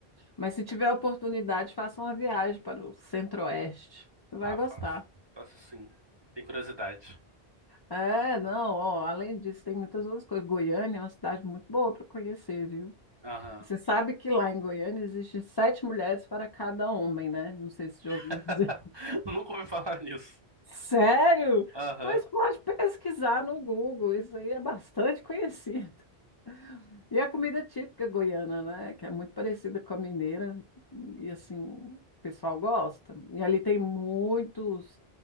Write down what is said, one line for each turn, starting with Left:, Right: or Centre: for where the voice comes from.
Left: Mas se tiver oportunidade, faça uma viagem para o Centro-Oeste. Você vai
Right: Ah,
Left: gostar.
Right: fácil. Fácil sim. Tem curiosidade.
Left: É, não, ó, além disso, tem muitas outras coisas. Goiânia é uma cidade muito boa para conhecer, viu?
Right: Aham.
Left: Você sabe que lá em Goiânia existem sete mulheres para cada homem, né? Não sei se já ouviu
Right: <laughs>
Left: dizer.
Right: Nunca ouvi falar nisso.
Left: Sério?
Right: Aham.
Left: Pois pode pesquisar no Google, isso aí é bastante <laughs> conhecido. E a comida típica goiana, né? Que é muito parecida com a mineira, e assim, o pessoal gosta. E ali tem muitos